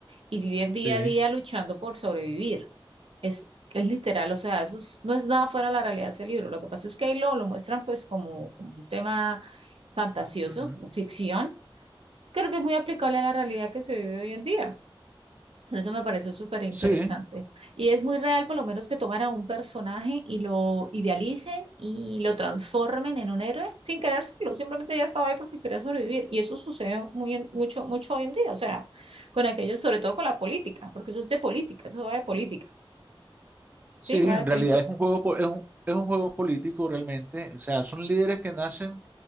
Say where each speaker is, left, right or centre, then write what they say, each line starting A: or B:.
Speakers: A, on the right; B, on the right.
A: y si viven
B: sí.
A: día a día luchando por sobrevivir. Es, es literal, o sea, eso es- no es nada fuera de la realidad de ese libro. Lo que pasa es que ahí lo, lo muestran pues como, como un tema fantasioso,
B: Ujú.
A: ficción, creo que es muy aplicable a la realidad que se vive hoy en día. Por eso me pareció súper interesante.
B: Sí,
A: Y es muy real, por lo menos, que tomaran un personaje y lo idealicen y lo transformen en un héroe sin querérselo. Simplemente ya estaba ahí porque quería sobrevivir. Y eso sucede muy en- mucho, mucho hoy en día. O sea, con aquellos, sobre todo con la política, porque eso es de política, eso va de política.
B: sí,
A: Sí, va
B: en
A: de política.
B: realidad es un juego, po- es un, es un juego político realmente. O sea, son líderes que nacen